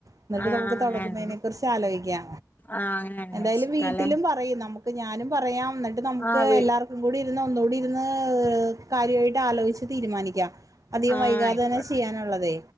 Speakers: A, on the right; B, on the left.
A: എന്നിട്ട്
B: ആഹ്
A: നമുക്ക് തുടക്കുന്നതിനെക്കുറിച്ച്.
B: അങ്ങനെ
A: അലോക്കൃ
B: ആഹ് അങ്ങനെ അന്വേഷിക്കാല്ലേ
A: എന്തായാലും വീട്ടിലും പറയും നമുക്ക് ഞാനും പറയാം. ന നമുക്ക്
B: ആഹ് വീ
A: എല്ലാവർക്കും കൂടി ഇരുന്ന് ഒന്നുകൂടി ഇരുന്ന് കാര്യമായിട്ട് ആലോചിച്ച് തീരുമാനിക്കാം. അധികം
B: ആഹ്
A: വൈകാതെ
B: ആയിക്കോട്ടെ
A: തന്നെ ചെയ്യാനുള്ളത്